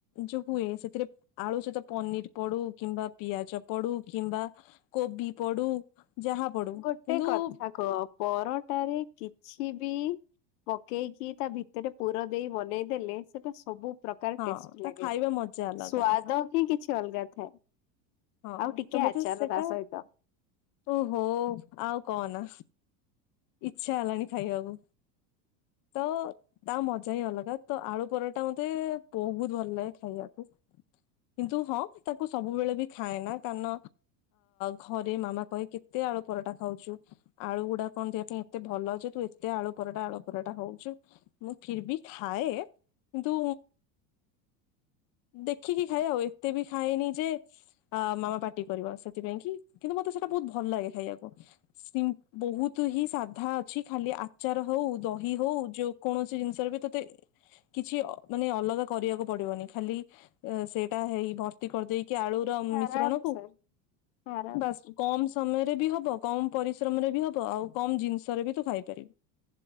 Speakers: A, on the left; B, on the left.
A: ଯୋଉ ହୁଏ ସେଥିରେ ଆଳୁ ସହିତ ପନିର ପଡୁ କିମ୍ବା ପିଆଜ ପଡୁ କିମ୍ବା କୋବି ପଡୁ ଯାହା ପଡୁ
B: ଗୋଟେ
A: କିନ୍ତୁ
B: କଥା କହ ପରଟାରେ କିଛି ବି ପକେଇକି ତା ଭିତରେ ପୁର ଦେଇ ବନେଇଦେଲେ ସେଟା ସବୁ ପ୍ରକାର
A: ହଁ
B: ଟେଷ୍ଟୀ
A: ତା
B: ଲାଗେ
A: ଖାଇବା ମଜା ଅଲଗା
B: ସ୍ୱାଦ ହିଁ କିଛି ଅଲଗା ଥାଏ।
A: ହଁ
B: ଆଉ ଟିକେ
A: ତ ମତେ
B: ଆଚାର
A: ସେଟା
B: ତା ସହିତ
A: ତୁ ହୋ। ଆଉ କହନା ଇଲଛା ହେଲାଣି ଖାଇବାକୁ ତ ତା ମଜା ହିଁ ଅଲଗା ତ ଆଳୁ ପରଟା ମତେ ବହୁତ ଭଲ ଲାଗେ ଖାଇବାକୁ। କିନ୍ତୁ ହଁ ତାକୁ ସବୁବେଳେ ବି ଖାଏ ନା କାରଣ ଘରେ ମାମା କହେ କେତେ ଆଳୁ ପରଟା ଖାଉଛୁ ଆଳୁ ଗୁଡା କଣ ଦେହ ପାଇଁ ଏତେ ଭଲ ଯେ ତୁ ଏତେ ଆଳୁ ପରଟା ଆଳୁ ପରଟା ହଉଛୁ ମୁଁ ଫିର ବି ଖାଏ କିନ୍ତୁ ଦେଖିକି ଖାଏ ଆଉ ଏତେ ବି ଖାଏନି ଯେ ମାମା ପାଟି କରିବ ସେଥିପାଇଁ କି କିନ୍ତୁ ମତେ ସେଟା ବହୁତ ଭଲ ଲାଗେ ଖାଇବାକୁ ସିମ୍ ବହୁତ ହିଁ ସାଧା ଅଛି ଖାଲି ଆଚାର ହଉ ଦହି ହଉ ଯୋକୌଣସି ଜିନିଷରେ ବି ତତେ କିଛି ମାନେ ଅଲଗା କରିବାକୁ ପଡିବନି। ଖାଲି ସେଇଟା ହେଇ ଭର୍ତ୍ତି କରିଦେଇ କି ଆଳୁର ମିଶ୍ରଣ
B: ଆରାମସେ
A: କୁ
B: ଆରାମସେ
A: ବା କମ ସମୟରେ ବି ହବ। କମ ପରିଶ୍ରମରେ ବି ହବ ଆଉ କମ ଜିନିଷରେ ବି ତୁ ଖାଇପାରିବୁ।